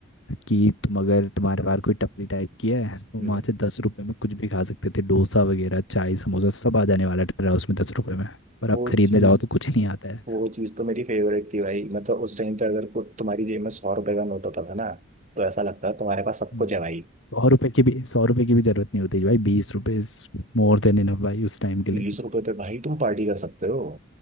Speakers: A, on the left; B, on the right.
A: कि तुम अगर तुम्हारे पास कोई टपरी टाइप की है तुम
B: हम्म,
A: वहाँ से दस रुपये में कुछ भी खा सकते थे डोसा वगैरह चाय समोसा सब आ जाने वाला था उसमें दस रुपये में पर अब
B: वो
A: खरीदने
B: चीज
A: जाओ तो कुछ नहीं आता है
B: वो चीज तो मेरी फेवरेट थी भाई मतलब उस टाइम पे अगर कुछ तुम्हारी जेब में सौ रुपए का नोट होता था ना तो ऐसा लगता था तुम्हारे पास सब
A: हम्म,
B: कुछ है भाई
A: सौ रुपये की भी सौ रुपये की भी ज़रूरत नहीं होती भाई बीस रुपये इज मोर देन इनफ भाई उस टाइम के
B: बीस
A: लिए
B: रुपए पे भाई तुम पार्टी कर सकते हो